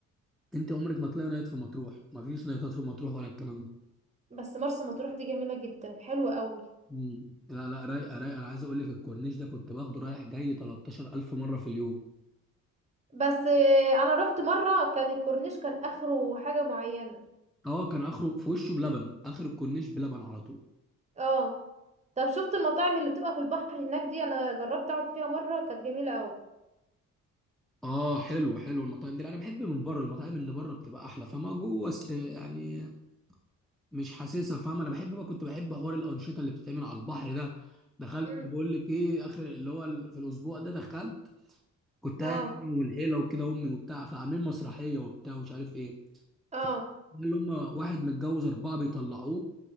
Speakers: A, in the centre; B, on the right.
A: انت عمرك ما تلاقي نايت في مطروح مفيش نايتات في مطروح ولا الكلام ده
B: بس مرسى مطروح دي جميلة جدا حلوة قوي
A: مم. لا لا رايقه رايقه انا عايز اقول لك الكورنيش ده كنت باخده رايح جاي 13000 مره في اليوم
B: بس آه، انا رحت مرة كان الكورنيش كان اخره حاجة معينة
A: اه كان اخره في وشه بلبن اخر الكورنيش بلبن على طول
B: اه طب شفت المطاعم اللي بتبقى في البحر هناك دي انا جربت اقعد فيها مرة كانت جميلة قوي
A: اه حلو حلو المطاعم دي انا بحب من بره المطاعم اللي بره بتبقى احلى فما جوه است يعني مش حاسسها فاهم انا بحب بقى كنت بحب حوار الانشطه اللي بتتعمل على البحر ده دخلت
B: امم
A: بقول لك ايه اخر اللي هو ال- في الاسبوع ده دخلت كنت
B: اه
A: قاعد انا والعيله وكده امي وبتاع فعاملين مسرحيه وبتاع ومش عارف ايه
B: اه
A: اللي هم واحد متجوز أربعة بيطلعوه